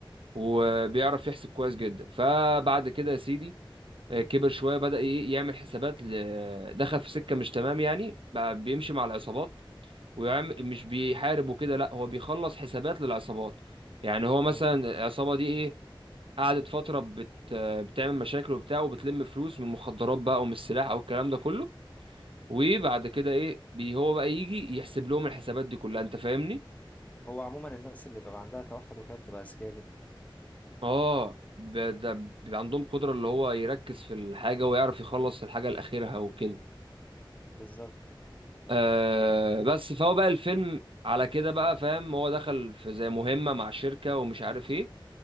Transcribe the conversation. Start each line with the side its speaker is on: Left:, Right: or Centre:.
Right: وبيعرف يحسب كويس جدا فبعد كده يا سيدي آه، كبر شوية بدأ ي- يعمل حسابات ل- دخل في سكة مش تمام يعني بقى بيمشي مع العصابات ويعمل مش بيحارب وكده لا هو بيخلص حسابات للعصابات يعني هو مثلا
Left: ايوه فاهم.
Right: العصابة دي ايه قعدت فترة بت... بتعمل مشاكل وبتاع وبتلم فلوس من المخدرات بقى ومن السلاح او الكلام ده كله وبعد كده ايه بي هو بقى يجي يحسب لهم الحسابات دي كلها انت فاهمني
Left: هو عموما الناس اللي بيبقى عندها توحد وكده بتبقى اذكياء جدا
Right: اه ب- ده بيبقى عندهم قدرة اللي هو يركز في الحاجة ويعرف يخلص الحاجة لآخرها وكده
Left: بالظبط
Right: آه بس فهو بقى الفيلم على كده بقى فاهم هو دخل في زي مهمة مع شركة ومش عارف ايه